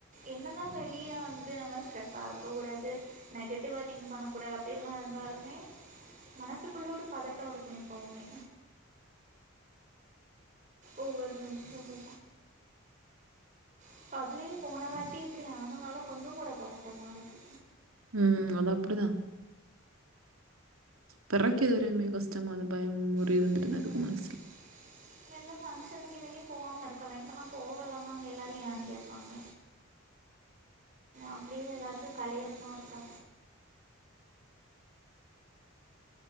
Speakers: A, on the right (about 35°); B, on the right (about 85°).
A: என்னதான் வலியா இருந்து நம்ம ஸ்ட்ரெஸ்ஸா ஆக கூடாது நெகட்டிவா திங்க் பண்ணக்கூடாது அப்டியெல்லாம் இருந்தாலுமே மனசுக்குள்ள ஒரு பதட்டம் இருக்கும் எப்பவுமே ஒவ்வொரு நிமிஷமு இப்ப அதுலயும் போனவாட்டி இப்டி ஆனதுனால கொஞ்சம் கூட பதட்டமா இருக்கு
B: ம் அது அப்டிதா பெறக்கி உரிமை கஷ்டமா இருக் பயம் முறி
A: இருக்குது
B: இருந்திருந்துட்டு தான் இருக்கும் மனசில்
A: எந்த ஃபங்க்ஷனுக்கு இன்னைக்கி போகாம இருக்கலா எங்க அம்மா போகலாம்மா அங்க எல்லாரும் ஏன்னு கேட்பாங்க அப்டியே எல்லாருக்கும் கல்யாணமா இருக்கா